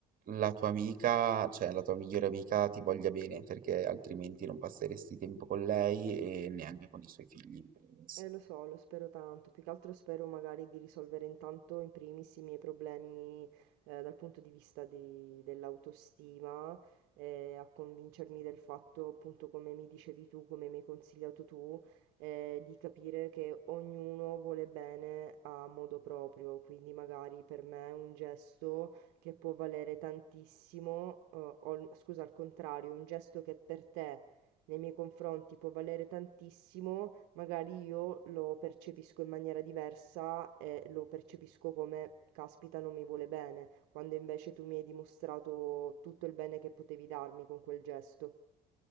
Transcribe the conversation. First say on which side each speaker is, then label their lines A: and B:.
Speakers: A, on the right (about 50°); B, on the right (about 75°).
A: la tua amica, cioè la tua migliore amica ti voglia bene, perché altrimenti non passeresti tempo con lei e neanche con i suoi figli in primis.
B: Eh, lo so, lo spero tanto. Più che altro spero magari di risolvere intanto in primis i miei problemi eh, dal punto di vista di- dell'autostima, eh, a convincermi del fatto, appunto, come mi dicevi tu, come mi hai consigliato tu, eh, di capire che ognuno vuole bene a modo proprio. Quindi magari per me un gesto che può valere tantissimo, eh, o il- scusa, al contrario, un gesto che per te nei miei confronti può valere tantissimo magari io lo percepisco in maniera diversa e lo percepisco come caspita non mi vuole bene, quando invece tu mi hai dimostrato tutto il bene che potevi darmi con quel gesto.